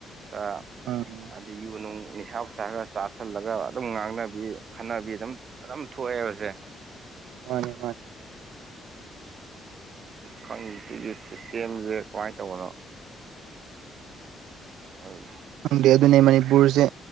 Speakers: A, on the right; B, on the right.
A: ꯑ
B: ꯎꯝ
A: ꯑꯗꯨꯗꯩ ꯌꯨ ꯅꯨꯡ ꯅꯤꯁꯥ ꯁꯥ ꯈꯒ ꯆꯥ ꯇꯥꯥꯁꯜꯂꯒ ꯑꯗꯨꯝ ꯉꯥꯡꯅꯕꯤ ꯈꯠꯅꯕꯤ ꯑꯗꯨꯝ ꯑꯗꯨꯝ ꯊꯣꯛꯑꯦ ꯍꯧꯁꯦ
B: ꯃꯥꯅꯦ ꯃꯥꯅꯦ
A: ꯈꯪ ꯁꯤꯒꯤ ꯁꯤꯁꯇꯦꯝꯁꯦ ꯀꯃꯥꯏꯅ ꯇꯧꯕꯅꯣ ꯑ
B: ꯈꯪꯗꯦ ꯑꯗꯨꯅꯤ ꯃꯅꯤꯄꯨꯔꯁꯦ